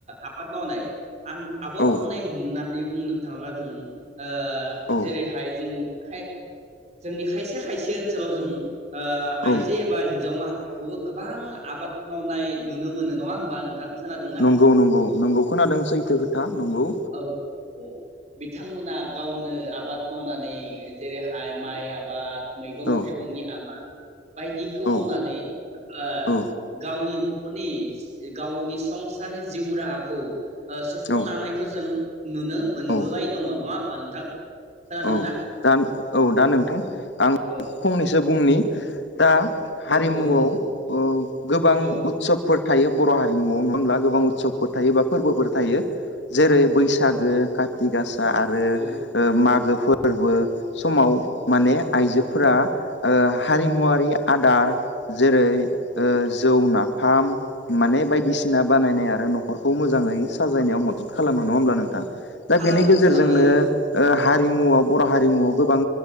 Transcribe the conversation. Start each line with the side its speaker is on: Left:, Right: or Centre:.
Right: आबाद मावनाय आन आबाद
Left: औ
Right: मावनाय होननानै बुंनो थाङोब्ला जों ओ
Left: औ
Right: जेरैहाय जों खाय जोंनि खायसे खायसे ओनसोलाव जों ओ
Left: औ
Right: आइजो एबा हिन्जाव माहारिखौबो गोबां आबाद मावनाय नुनो मोनो। नङा होमबा नोंथां? खोनादोंना
Left: नंगौ नंगौ नंगौ खोनादों सैथो खोथा नंगौ
Right: औ <unintelligible> बिथांमोना गावनो आबाद मावनानै जेरैहाय माइ आबाद मैगं
Left: औ
Right: थाइगंनि आबाद, बायदिखौ
Left: औ
Right: मावनानै ओ
Left: औ
Right: गावनि नखरनि गावनि संसारनि जिउ राहाखौ ओ सुफुंलांनायखौ
Left: औ
Right: जों नुनो मोनबोबाय
Left: औ
Right: । दङ नङा होमबा नोंथां खोनादों
Left: औ
Right: ना?
Left: दा औ दा नोंथां आं
Right: औ
Left: फंनैसो बुंनि। दा हारिमुआव
Right: औ औ बुं
Left: ओ गोबां
Right: औ
Left: उत्सबफोर था थायो बर हारिमुआव नङा होनब्ला गोबां उत्सबफोर थायो बा फोरबोफोर थायो जेरै बैसागो
Right: औ
Left: काथि गासा आरो
Right: औ
Left: ओ मागो फोरबो समाव। माने
Right: औ
Left: आइजोफोरा ओ हारिमुवारि आदार जेरै ओ
Right: औ
Left: जौ ना फार्म माने बायदिसिना बानायनाय आरो नखरखौ मोजाङै साजायनायाव मदद खालामो नङा होमब्ला नोंथां? दा
Right: खालामो
Left: बेनि गेजेरजोंनो
Right: खालामो औ
Left: ओ हारिमुआव बर हारिमुआव गोबां